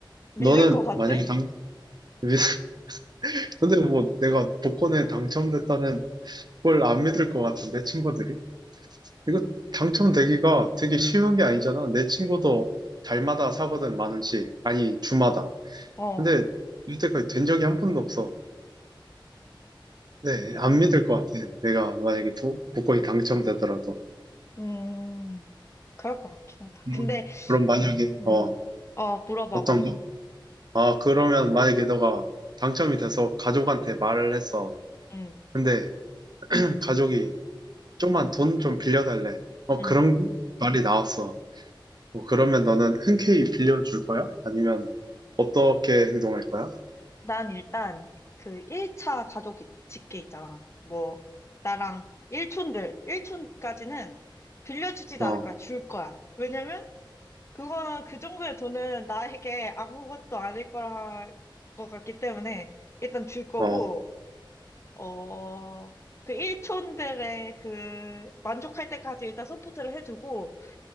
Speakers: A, on the left; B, on the right.
A: 믿을
B: 너는
A: 것 같아?
B: 만약에 당, <laughs> 근데 뭐 내가 복권에 당첨됐다는 그걸 안 믿을 것 같은데, 친구들이? 이거 당첨되기가 되게 쉬운 게 아니잖아. 내 친구도 달마다 사거든, 만 원씩. 아니, 주마다.
A: 어,
B: 근데 이때까지 된 적이 한 번도 없어. 네,
A: 네.
B: 안 믿을 것 같아. 내가 만약에 도, 복권이 당첨되더라도.
A: 음, 그럴 것 같긴 하다.
B: 음,
A: 근데
B: 그럼 만약에,
A: 응.
B: 어,
A: 어, 물어봐봐.
B: 어떤 거? 아, 그러면 만약에 너가 당첨이 돼서 가족한테 말을 했어.
A: 응,
B: 근데 가족이 좀만 돈 좀 빌려달래. 어,
A: 응.
B: 그런 말이 나왔어. 뭐 그러면 너는 흔쾌히 빌려줄 거야? 아니면 어떻게 행동할 거야?
A: 난 일단 그 1차 가족 집계 있잖아. 뭐, 나랑 일촌들, 일촌까지는 빌려주지도
B: 어,
A: 않을
B: 어,
A: 거야. 줄 거야. 왜냐면, 그거, 그 정도의 돈은 나에게 아무것도 아닐 거라, 것 같기 때문에 일단 줄 거고,
B: 어,
A: 어, 그 일촌들의 그 만족할 때까지 일단 서포트를 해주고,